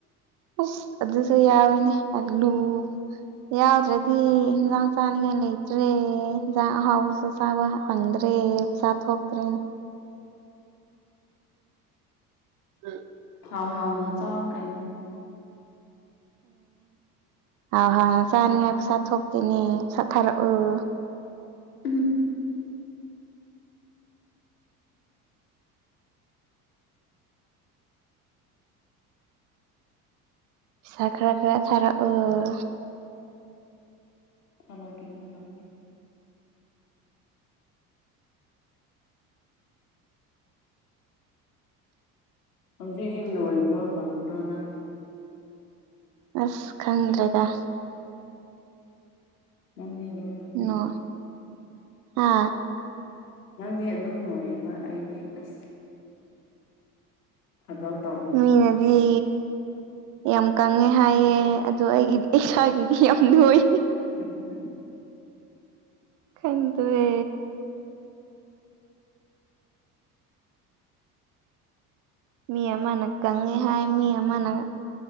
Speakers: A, on the right; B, on the left.
A: ꯑꯁ ꯑꯗꯨꯁꯨ ꯌꯥꯎꯋꯤꯅꯦ ꯑꯂꯨ ꯌꯥꯎꯗ꯭ꯔꯗꯤ ꯍꯤꯟꯖꯥꯡ ꯆꯥꯅꯤꯡꯉꯥꯏ ꯂꯩꯇ꯭ꯔꯦ ꯍꯤꯟꯖꯥꯡ ꯑꯍꯥꯎꯕꯁ ꯁꯨ ꯆꯥꯕ ꯐꯪꯗ꯭ꯔꯦ ꯄꯩꯁꯥ ꯊꯣꯛꯇ꯭ꯔꯦꯅꯦ <inaudible>
B: ꯍꯥꯎ ꯍꯥꯎꯅ ꯆꯥꯎ ꯀꯩꯅꯣ
A: ꯑꯦ ꯍꯥꯎ ꯍꯥꯎꯅ ꯆꯥꯅꯤꯡꯉꯥꯏ ꯄꯩꯁꯥ ꯊꯣꯛꯇꯦꯅꯦ ꯄꯩꯁꯥ ꯊꯥꯔꯛꯑꯣ
B: ꯎꯝ
A: ꯁꯥ ꯈꯔ ꯈꯔ ꯊꯥꯔꯛꯑꯣ
B: ꯊꯝꯃꯛꯀꯦ ꯊꯝꯃꯛꯀꯦ ꯍꯧꯖꯤꯛꯗꯤ ꯅꯣꯏꯕ꯭ꯔ ꯀꯥꯡꯗ꯭ꯔꯣ ꯅꯪ
A: ꯑꯁ ꯈꯪꯗ꯭ꯔꯦꯗ
B: ꯅꯪꯗꯤ ꯑꯗꯨꯝ ꯅꯣꯏ
A: ꯅꯣ ꯍꯥ
B: ꯅꯪꯗꯤ ꯑꯗꯨꯝ ꯅꯣꯏꯌꯦꯕ ꯑꯩꯗꯤ ꯑꯁ ꯊꯕꯛ ꯇꯧꯅꯤ
A: ꯃꯤꯅꯗꯤ ꯌꯥꯝ ꯀꯪꯉꯦ ꯍꯥꯏꯌꯦ ꯑꯗꯣ ꯑꯩꯒꯤꯗꯤ ꯏꯁꯥꯒꯤꯗꯤ ꯌꯥꯝ ꯅꯣꯏꯌꯦ
B: <inaudible>
A: ꯈꯡꯗ꯭ꯔꯦ ꯃꯤ ꯑꯃꯅ ꯀꯪꯉꯦ ꯍꯥꯏ ꯃꯤ ꯑꯃꯅ